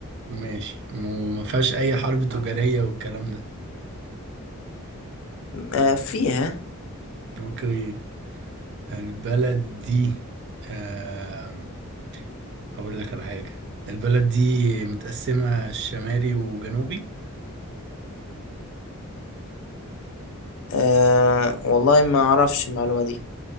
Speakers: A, on the right; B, on the left.
A: ماشي م- ما فيهاش أي حرب تجارية والكلام ده
B: آه فيها
A: أوكي البلد دي آم، أقول لك على حاجة البلد دي متقسمة شمالي وجنوبي
B: أه والله ما اعرفش المعلومه دي